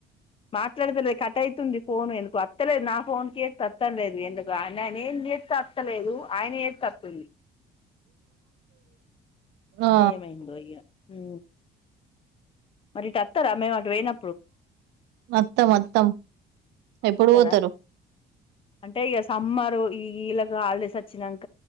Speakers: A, on the left; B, on the right.
A: మాట్లాడతలే కట్ అయ్యింది ఫోను ఎందుకు అత్తలేదు నా ఫోన్ కి అత్తలేదు ఎందుకు నేను ఏం చేస్తే అత్తలేదు ఆయన చేస్తే అత్తుంది
B: ఆ
A: ఏమైందో ఇగ ఉ మరి ఇటు వస్తారా మేము మేము అట్టు పోయినా
B: వత్తం వత్తం ఎప్పుడు
A: వస్తారా
B: పోతారు
A: అంటే ఇక సమ్మారు ఈ వీళ్ళకి హాలిడేస్ వచ్చినాక